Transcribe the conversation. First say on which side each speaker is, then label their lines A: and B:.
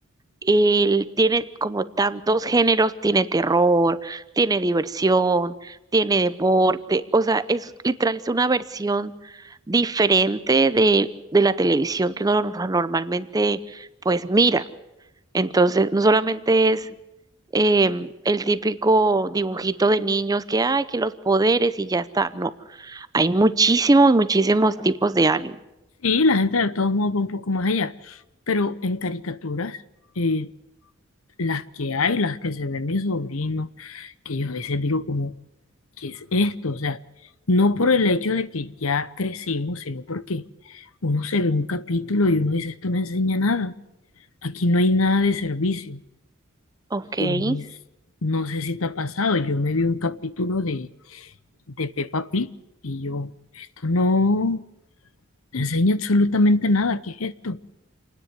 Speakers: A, on the right; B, on the left.
A: Él tiene como tantos géneros, tiene terror, tiene diversión, tiene deporte, o sea, es literal, es una versión diferente de, de la televisión que uno no- normalmente pues mira. Entonces, no solamente es em, el típico dibujito de niños que hay, que los poderes y ya está. No, hay muchísimos, muchísimos tipos de anime.
B: Sí, la gente de todos modos va un poco más allá, pero en caricaturas, eh, las que hay, las que se ven mis sobrinos, que yo a veces digo como, ¿qué es esto? O sea, no por el hecho de que ya crecimos, sino porque uno se ve un capítulo y uno dice, esto no enseña nada, aquí no hay nada de servicio.
A: Ok.
B: Y
A: <laughs>
B: pues, no sé si te ha pasado, yo me vi un capítulo de, de Peppa Pig y yo, esto no enseña absolutamente nada, ¿qué es esto?